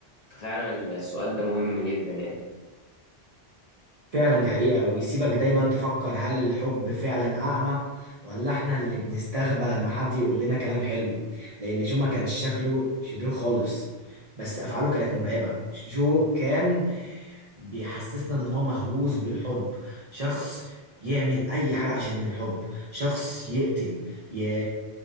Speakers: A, on the left (about 50°); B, on the right (about 55°).
A: ففعلا السؤال ده مهم جدا يعني
B: فعلا دي حقيقة ويسيبك دايما تفكر هل الحب فعلا أعمى ولا احنا اللي بنستغبى لما حد يقول لنا كلام حلو لأن جو ما كانش شكله شرير خالص بس أفعاله كانت مرعبة جو كان بيحسسنا ان هو مهووس بالحب شخص يعمل اي حاجة عشان الحب شخص يقتل ي...